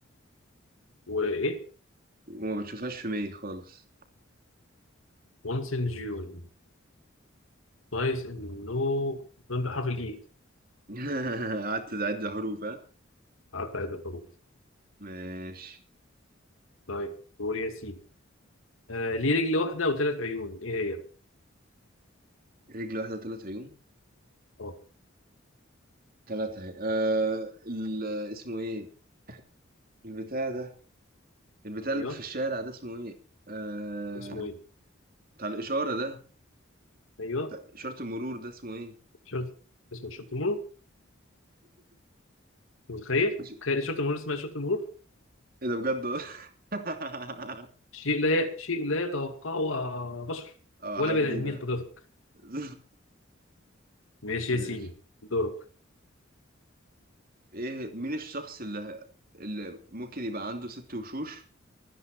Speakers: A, on the left; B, on the right.
A: وإيه
B: وما بتشوفهاش في ماي خالص
A: once in June كويس انه بيبان بحرف الاي
B: <laughs> قعدت تعد حروف ها
A: قعدت اعد الحروف
B: ماشي
A: طيب دور يا سيدي آه ليه رجل واحده وثلاث عيون ايه هي؟
B: رجل واحدة وثلاث عيون
A: اه
B: ثلاثة اهي آه ال- اسمه ايه البتاع ده البتاع اللي
A: ايوه
B: في الشارع ده اسمه ايه؟ آه...
A: اسمه ايه؟
B: بتاع الإشارة ده
A: ايوه
B: بتاع إشارة المرور ده اسمه ايه؟
A: شرط اسمه شرط المرور متخيل؟
B: مش-
A: تخيل شرط المرور اسمها شرط المرور
B: ايه ده بجد <laughs>
A: شيء لا شيء لا يتوقعه آه، بشر
B: اه
A: ولا
B: حاجة
A: بني
B: جديدة
A: ادمين حضرتك
B: <laughs>
A: ماشي
B: ماشي
A: يا سيدي دورك
B: ايه مين الشخص اللي اللي ممكن يبقى عنده ست وشوش